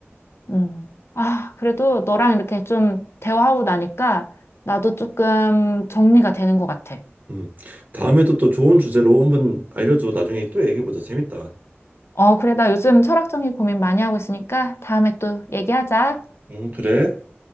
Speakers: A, on the left; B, on the right.
A: 음. 아, 그래도 너랑 이렇게 좀 대화하고 나니까 나도 조금 정리가 되는 것 같아.
B: 음, 다음에도 또 좋은 주제로 한번 알려줘. 나중에 또 얘기해보자. 재밌다.
A: 어, 그래. 나 요즘 철학적인 고민 많이 하고 있으니까 다음에 또 얘기하자.
B: 음, 그래.